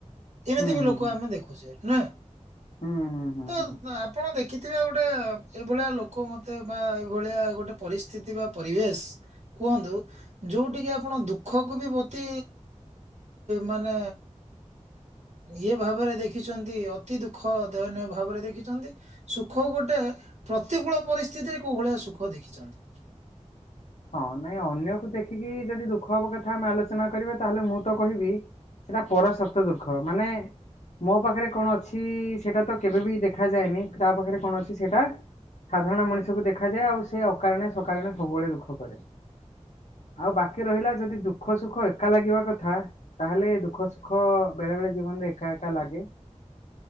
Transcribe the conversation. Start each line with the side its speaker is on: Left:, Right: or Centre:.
Left: ହୁଁ
Right: ଏମିତି
Left: ହୁଁ
Right: ବି
Left: ହୁଁ
Right: ଲୋକ
Left: ହୁଁ
Right: ଆମେ ଦେଖୁଛେ ନା
Left: ହୁଁ ହୁଁ ହୁଁ
Right: ତ
Left: ହୁଁ।
Right: ଆପଣ ଦେଖିଥିବେ ଗୋଟେ ଏଇଭଳିଆ ଲୋକ ମତେ ବା ଏଇଭଳିଆ ଗୋଟେ ପରିସ୍ଥିତି ବା ପରିବେଶ କୁହନ୍ତୁ ଯୋଉଠିକି ଆପଣ ଦୁଃଖକୁ ବି ଅତି ମାନେ ଇଏ ଭାବରେ ଦେଖିଛନ୍ତି ଅତି ଦୁଃଖ ଦୟନୀୟ ଭାବରେ ଦେଖିଛନ୍ତି ସୁଖ ଗୋଟେ ପ୍ରତିକୂଳ ପରିସ୍ଥିତିରେ କୋଉ ଭଳିଆ ସୁଖ ଦେଖିଛନ୍ତି।
Left: ହଁ ନାଇଁ ଅନ୍ୟକୁ ଦେଖିକି ଯଦି ଦୁଃଖ ହବା କଥା ଆମେ ଆଲୋଚନା କରିବା ତାହେଲେ ମୁଁ ତ କହିବି ସେଇଟା ପର ସପ୍ତ ଦୁଃଖ ମାନେ ମୋ ପାଖରେ କଣ ଅଛି ସେଇଟା ତ କେବେ ବିି ଦେଖାଯାଏନି ତା ପାଖରେ କଣ ଅଛି ସେଇଟା ସାଧାରଣ ମଣିଷକୁ ଦେଖାଯାଏ ଆଉ ସେ ଅକାରଣେ ସକାରଣେ ସବୁବେଳେ ଦୁଃଖ। ଆଉ ବାକି ରହିଲା ଯଦି ଦୁଃଖ ସୁଖ ଏକା ଲାଗିବା କଥା ତାହେଲେ ଦୁଃଖ ସୁଖ ବେଳେ ବେଳେ ଜୀବନରେ ଏକା ଏକା ଲାଗେ